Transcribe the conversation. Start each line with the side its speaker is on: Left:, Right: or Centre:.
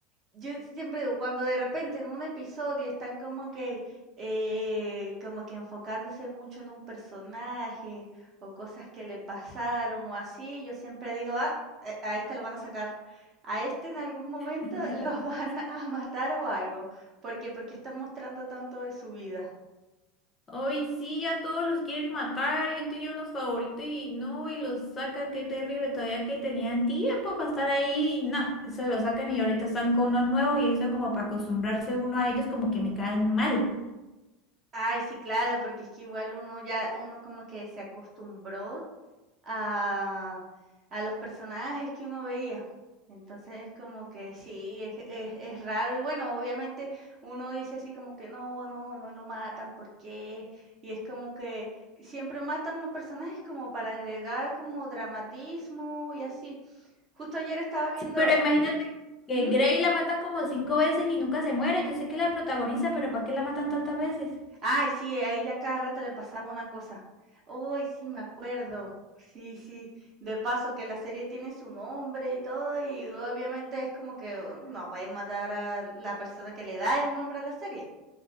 Right: yo siempre digo, cuando de repente en un episodio están como que, eh, como que enfocándose mucho en un personaje o cosas que le pasaron o así, yo siempre digo, ah, eh, a este lo van a sacar, a este en algún momento
Left: <laughs>
Right: los <laughs> van a matar o algo, porque porque están mostrando tanto de su vida.
Left: Hoy sí, a todos los quieren matar. Yo tenía unos favoritos y no, y los sacan. Qué terrible. Todavía que tenían tiempo para estar ahí. y No, se los sacan y ahorita están con unos nuevos y eso como para acostumbrarse uno a ellos como que me caen mal.
Right: Ay, sí, claro, porque es que igual uno ya, uno como que se acostumbró a a los personajes que uno veía. Entonces es como que sí, es, es, es raro. Y bueno, obviamente uno dice así como que no, no, no lo matan, ¿por qué? Y es como que siempre matan a personajes como para agregar como dramatismo y así. Justo ayer estaba viendo,
Left: Sí, Pero imagínate que
Right: ujú,
Left: Grey la matan como cinco veces y nunca se muere. Yo sé que la protagoniza, pero ¿para qué la matan tantas veces?
Right: Ay, sí, a ella cada rato le pasaba una cosa. Uy, sí, me acuerdo. Sí, sí. De paso que la serie tiene su nombre y todo, y obviamente es como que uh, no pueden matar a la persona que le da el nombre a la serie.